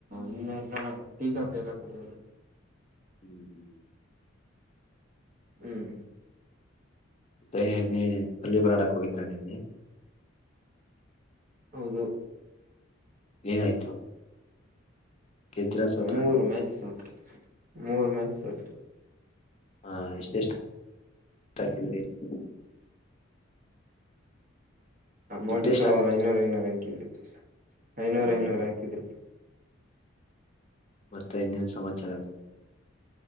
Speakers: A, on the right (about 45°); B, on the left (about 30°).
A: ಇನ್ನ ಇಲ್ಲಾನ ಟೀಕಾ ಕುಡನೆ
B: ಹ್ಮ್ ಹ್ಮ್ <unintelligible>
A: ಹ್ಮ್ <inaudible>
B: ಮತ್ತೆ ನಿನ್ನೆ ಅಲ್ಲಿಯ ಬರಾಡಕ್ ಹೋಗಿದ್ರ ನಿನ್ನೆ.
A: ಹೌದು
B: ಏನಾಯ್ತು ಗೆದ್ರ ಸೋತ್ರ
A: ಮೂರು ಮ್ಯಾಚ್ ಸೋತ್ರಿ ಮೂರು ಮ್ಯಾಚ್ ಸೋತ್ರಿ
B: ಹಾ ಎಷ್ಟೆ ಎಷ್ಟು ಥರ್ಟಿ ಮಿನಿಟ್ಸ್.
A: ಅಮೌಂಟ್ಐನೂರು
B: ದುಡ್ಡೆಷ್ಟು ಹಾಕಿದ್ರಿ
A: ಐನೂರು ಹಾಕಿದ್ರಿ ಐನೂರು
B: ಹ
A: ಐನೂರು
B: ಹ
A: ಹಾಕಿದ್ರಿ.
B: ಮತ್ತೆ ಏನೇನ ಸಮಾಚಾರ